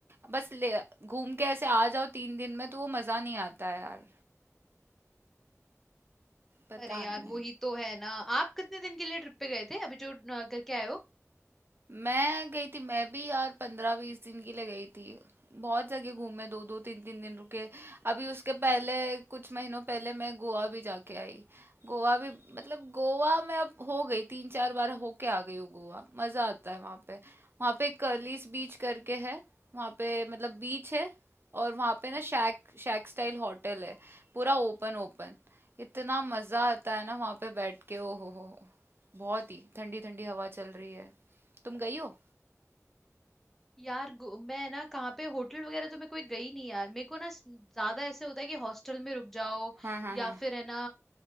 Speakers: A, on the right; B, in the centre.
A: बस ले घूम के ऐसे आ जाओ तीन दिन में तो वो मजा नहीं आता है यार पता
B: अरे यार
A: नहीं
B: वो ही तो है ना आप कितने दिन के लिए ट्रिप पे गए थे अभी जो न, करके आए हो
A: मैं गई थी मैं भी यार पंद्रह बीस दिन के लिए गई थी बहुत जगह घूमे दो दो तीन तीन दिन रुके अभी उसके पहले कुछ महीनों पहले मैं गोवा भी जाके आई गोवा भी मतलब गोवा में अब हो गई तीन चार बार होके आ गई हूँ गोवा मजा आता है वहाँ पे वहाँ पे कर्लिस बीच करके है वहाँ पे मतलब बीच है और वहाँ पे ना शैक शैक स्टाइल होटल है पूरा ओपन ओपन इतना मजा आता है ना वहाँ पे बैठ के ओ हो हो बहुत ही ठंडी ठंडी हवा चल रही है तुम गई हो
B: यार गो- मैं ना कहाँ पे होटल वगैरह तो मैं कोई गई नहीं यार मेरे को ना स- ज्यादा ऐसे होता है कि हॉस्टल में रुक जाओ
A: हाँ हाँ
B: या
A: हाँ
B: फिर है ना